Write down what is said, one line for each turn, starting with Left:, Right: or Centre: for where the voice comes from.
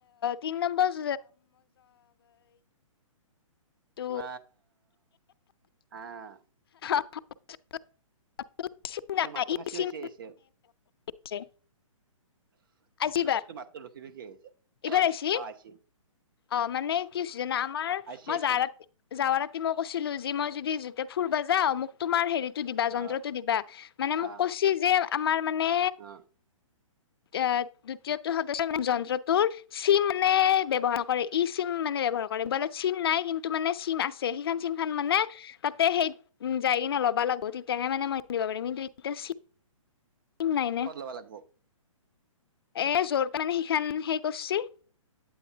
Left: তিনি নম্বৰ টো
Right: উ আহ।
Left: <unintelligible> নাই
Right: ত মাতটো
Left: ই
Right: ফাটি
Left: চিম
Right: ফাটি আহিছে
Left: আছে আজিবাৰ
Right: টোৰ মাত টো ৰখি ৰখী আহিছে
Left: এইবাৰ আহছি
Right: অ আইছি
Left: অ মানে কি হৈছে জানা আমাৰ
Right: আইছি
Left: মই
Right: আইছি
Left: জাৱ জাৱ মই কৈছিলো যে মই যদি যোয়া ফুুৰবা যা মোক তোমাৰ হেৰিত দিবা যন্ত্ৰটো
Right: অ
Left: দিবা মানে মোক
Right: অ
Left: কৈছ যে আমাৰ মানে
Right: অ
Left: এ দ্বিতীয়টো সদস্য মানে যন্ত্ৰটোৰ চি মানে ব্যৱহাৰ কৰে ই চিম মানে ব্যৱহাৰ কৰে মোবাইলত চিম নাই কিন্তু মানে চিম আছে সেইখন চিম খন মানে তাতে সেই যায় কিনে লব লগবো তেতিয়াহে মানে মই দিব পাৰিম কিন্তু এতিয়া নাই নে
Right: কত ল'বা লাগিব।
Left: এ যৰ পাৰ সিখান হেই কৰছে